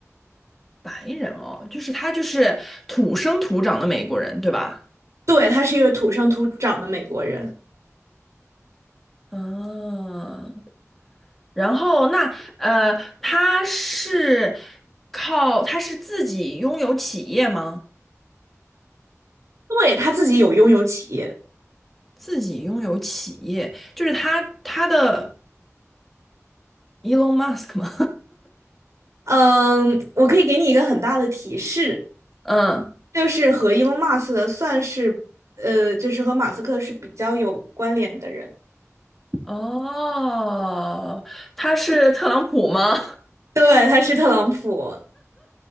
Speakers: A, in the centre; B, on the right.
A: 白人哦，就是他就是土生土长的美国人，对吧？
B: 对，他是一个土生土长的美国人，
A: 嗯，然后那呃，他是靠他是自己拥有企业吗？
B: 对，他自己有拥有企业。
A: 自己拥有企业，就是他他的 Elon Musk 吗？
B: 嗯，我可以给你一个很大的提示，
A: <laughs> 嗯。
B: 就是和 Elon Musk 的算是，呃，就是和马斯克是比较有关联的人。
A: 哦，他是特朗普吗？
B: 对，他是特朗普，